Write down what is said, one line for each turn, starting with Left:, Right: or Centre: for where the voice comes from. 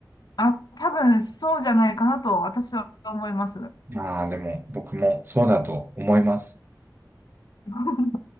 Left: あ、多分そうじゃないかなと私は思います。
Right: まあ、でも、僕もそうだと思います。
Left: <laughs>